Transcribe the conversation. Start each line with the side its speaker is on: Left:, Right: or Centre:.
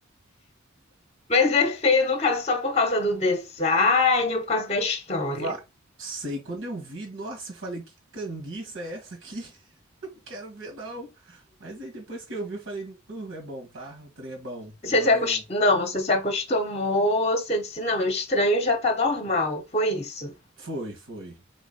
Left: Mas é feio, no caso, só por causa do design ou por causa da história.
Right: vá. Sei, quando eu vi, nossa, eu falei, que canguiça é essa aqui? <laughs> Não quero ver, não. Mas aí depois que eu vi, eu falei, "Nu, é bom, tá? O trem é bom.
Left: Você
Right: Bom.
Left: se acost... Não, você se acostumou, você disse, não, o estranho já tá normal. Foi isso.
Right: Foi, foi.